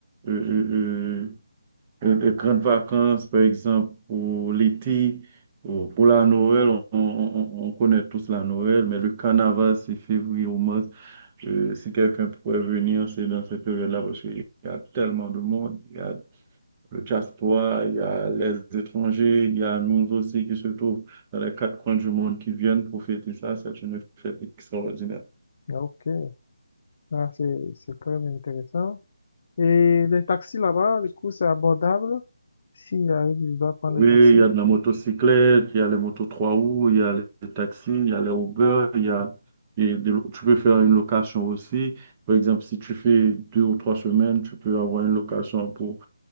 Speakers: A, on the right; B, on the left.
A: euh, euh, de grandes vacances, par exemple, pour l'été, ou pour la Noël, on, on- on- on connaît tous la Noël, mais le carnaval, c'est février ou mars. Euh, si quelqu'un pourrait venir, c'est dans cette période-là, parce qu'il y a tellement de monde. Il y a le diaspora, il y a les étrangers, il y a nous aussi qui se trouvent dans les quatre coins du monde qui viennent profiter ça. C'est une fête extraordinaire.
B: Ok, ah, c'est, c'est très intéressant. Et les taxis là-bas, du coup, c'est abordable. Si j'arrive, je dois prendre
A: Oui,
B: le taxi.
A: il y a de la motocyclette, il y a les motos trois roues, il y a les taxis, il y a les Uber, il y a, et de- tu peux faire une location aussi. Par exemple, si tu fais deux ou trois semaines, tu peux avoir une location pour,